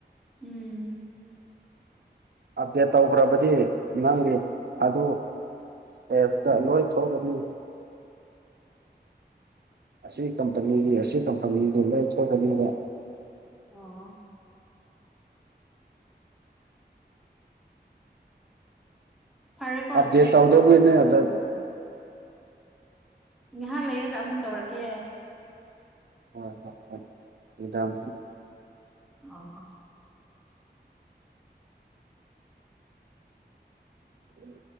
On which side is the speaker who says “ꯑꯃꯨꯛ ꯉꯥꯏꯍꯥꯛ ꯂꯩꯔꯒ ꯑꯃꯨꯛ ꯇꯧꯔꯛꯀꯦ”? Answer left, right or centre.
Centre